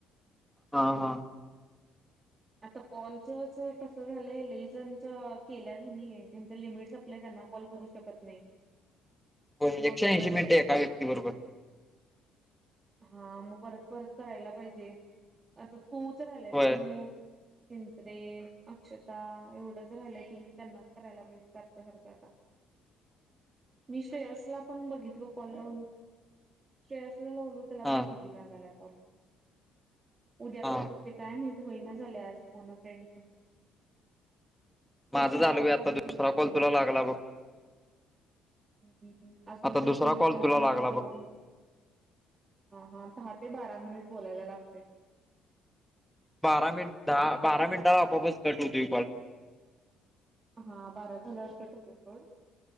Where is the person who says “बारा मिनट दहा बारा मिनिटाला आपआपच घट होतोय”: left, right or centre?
Centre